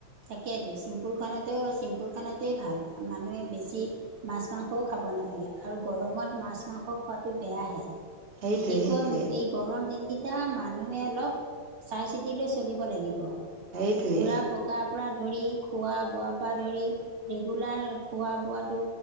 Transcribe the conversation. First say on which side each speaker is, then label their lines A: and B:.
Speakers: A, on the right; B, on the right.
A: তাকেটো চিম্পুল খানাটো চিম্পুল খানাটোৱেই ভাল। মানুহে বেছি মাছ মাংসও খাব নালাগে আৰু গৰমত মাছ মাংস খোৱাটো বেয়াহে
B: সেইটোৱে
A: বিশেষকৈ
B: সেইটোৱে
A: এই গৰম দিনকেইটা মানুহে অলপ চাই চিতি লৈ চলিব লাগিব।
B: সেইটোৱে
A: ঘোৰা পকাৰ পৰা ধৰি খোৱা বোৱাৰ পৰা ধৰি ৰেগুলাৰ খোৱা বোৱাটো